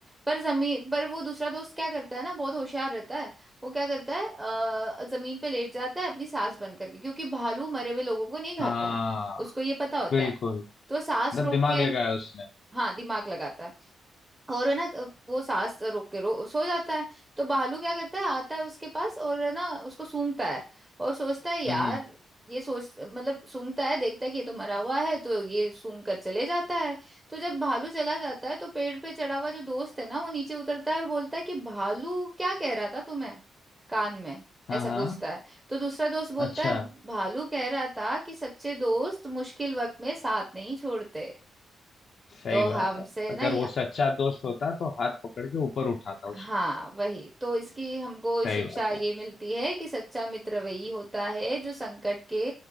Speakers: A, on the right (about 15°); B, on the left (about 55°).
A: पर जमीन पर वो दूसरा दोस्त क्या करता है ना बहुत होशियार रहता है वो क्या करता है अ, जमीन पे लेट जाता है अपनी सांस बंद करके क्योंकि भालू मरे हुए लोगों को नहीं खाता
B: हाँ
A: है उसको ये पता होता
B: बिल्कुल
A: है तो वो सांस
B: मतलब
A: रोक
B: दिमाग
A: के
B: लगाया उसने
A: हाँ दिमाग लगाता है और है ना तो वो सांस रोक के रो सो जाता है तो भालू क्या करता है आता है उसके पास और है ना उसको सूंघता है और सोचता है यार
B: हम्म
A: ये सोच मतलब सूंघता है देखता है कि ये तो मरा हुआ है तो ये सूंघ कर चले जाता है तो जब भालू चला जाता है तो पेड़ पे चढ़ा हुआ जो दोस्त है ना वो नीचे उतरता है और बोलता है कि भालू क्या कह रहा था तुम्हें कान में
B: हाँ
A: ऐसा
B: हाँ
A: पूछता है तो दूसरा दोस्त बोलता
B: अच्छा
A: है भालू कह रहा था कि सच्चे दोस्त मुश्किल वक्त में साथ नहीं छोड़ते
B: सही
A: तो
B: बात
A: हमसे
B: है अगर
A: ना
B: वो सच्चा दोस्त होता तो हाथ पकड़ के ऊपर उठाता उसको
A: हाँ वही तो इसकी हमको
B: सही
A: शिक्षा
B: बात
A: ये
B: है
A: मिलती है कि सच्चा मित्र वही होता है जो संकट के